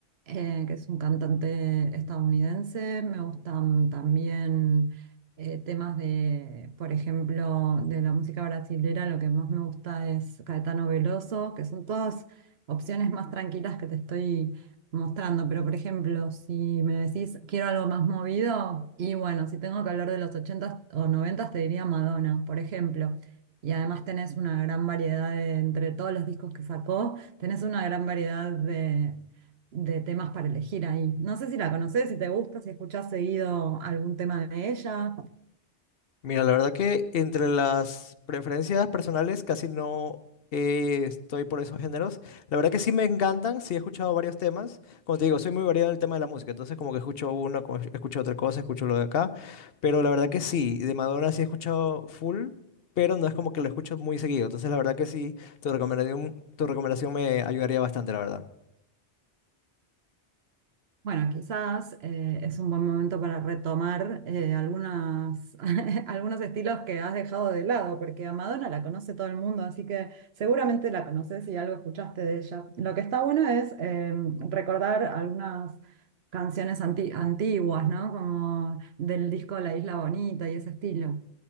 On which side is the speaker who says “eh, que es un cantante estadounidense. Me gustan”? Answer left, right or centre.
Right